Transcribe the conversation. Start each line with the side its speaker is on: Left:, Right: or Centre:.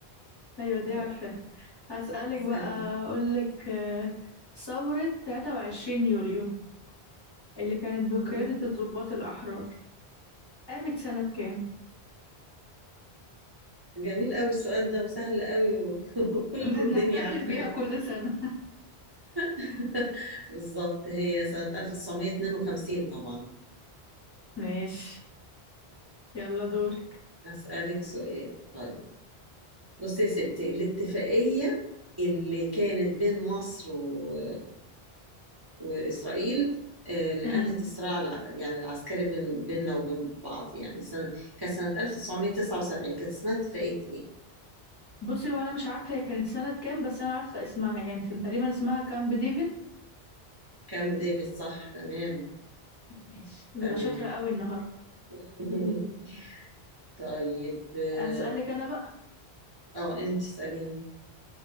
Left: ايوه دي
Right: طيب
Left: عارفة هسألك
Right: اسألني
Left: بقى اقولك آه، ثورة 23 يوليو اللي كانت بقيادة
Right: مم.
Left: الضباط الأحرار قامت سنة كام؟
Right: جميل قوي السؤال ده وسهل قوي و- <laughs> وكل
Left: <laughs>
Right: الدنيا
Left: وبنحتفل
Right: عارفاه
Left: بيها كل سنة
Right: <laughs>
Left: <laughs>
Right: بالظبط هي سنة 1952 طبعا
Left: ماشي يلا دورك
Right: هسألك سؤال طيب بصي يا ستي الاتفاقية اللي كانت بين مصر و... وإسرائيل آه، اللي
Left: امم
Right: أنهت الصراع الع... يعني العسكري بين... بيننا وبين بعض يعني سنة كانت سنة 1979 كانت اسمها اتفاقية إيه؟
Left: بصي وانا مش عارفة هي كانت سنة كام بس انا عارفة اسمها يعني كان تقريبا اسمها كامب ديفيد
Right: كامب ديفيد صح تمام
Left: ماشي ده
Right: تمام
Left: انا شاطرة قوي النهاردة
Right: <laughs> طيب اه
Left: هسألك انا بقى
Right: آه، انت اسأليني